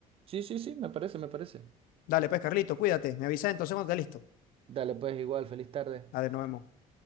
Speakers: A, on the right (about 40°); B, on the left (about 75°).
A: Sí, sí, sí, me parece, me parece.
B: Dale, pues, Carlito, cuídate. Me avisa entonces cuando esté listo.
A: Dale, pues, igual, feliz tarde.
B: Dale, nos vemos.